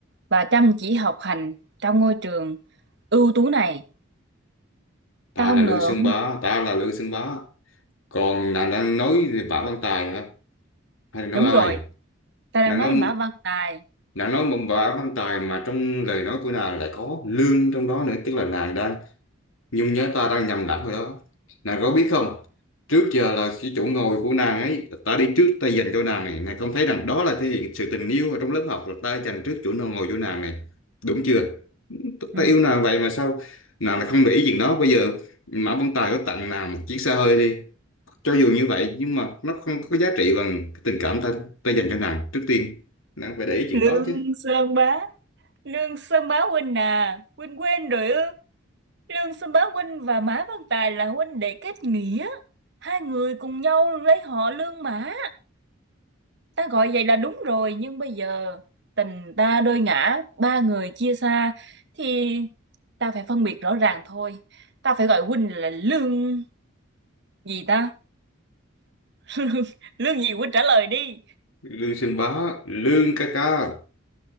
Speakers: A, on the right; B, on the left.
A: và chăm chỉ học hành trong ngôi trường ưu tú này
B: Ta
A: ta không
B: là Lương
A: ngờ
B: Sơn Bá, ta là Lương Sơn Bá. Còn nàng đang nói về Mã Văn Tài hả? Hay là nói
A: đúng
B: ai?
A: rồi ta đang
B: nàng
A: nói
B: nói
A: Mã Văn Tài
B: nàng nói một bà văn tài mà trong lời nói của nàng lại có lương trong đó nữa tức là nàng đang nhung nhớ ta đang nhầm lẫn rồi đó nàng có biết không trước giờ là cái chỗ ngồi của nàng ấy ta đi trước ta dành cho nàng này nàng không thấy rằng đó là thể hiện sự tình yêu ở trong lớp học là ta dành trước chỗ ngồi của nàng này đúng chưa T-
A: ừ.
B: tao yêu nàng vậy mà sao nàng lại không để ý chuyện đó bây giờ Mã Văn Tài có tặng nàng một chiếc xe hơi đi cho dù như vậy nhưng mà nó không có giá trị bằng cái tình cảm ta ta dành cho nàng trước tiên nàng phải để ý chuyện
A: Lương
B: đó chứ
A: Sơn Bá Lương Sơn Bá huynh à huynh quên rồi ư Lương Sơn Bá huynh và Mã Văn Tài là huynh đệ kết nghĩa hai người cùng nhau lấy họ Lương Mã Ta gọi vậy là đúng rồi, nhưng bây giờ tình ta đôi ngã, ba người chia xa, thì ta phải phân biệt rõ ràng thôi. Ta phải gọi huynh là lương gì ta? <laughs> Lương, lương gì huynh trả lời đi.
B: Lương Sương Bá Lương ca ca